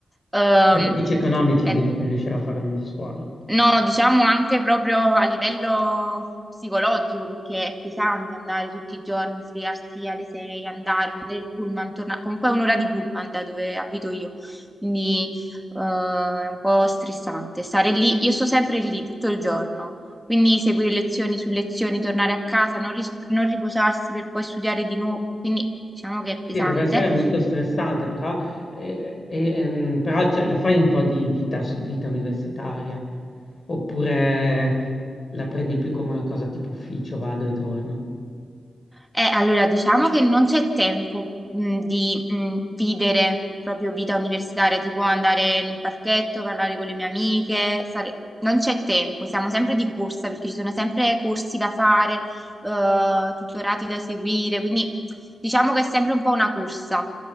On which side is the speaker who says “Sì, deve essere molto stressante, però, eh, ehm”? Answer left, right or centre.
Left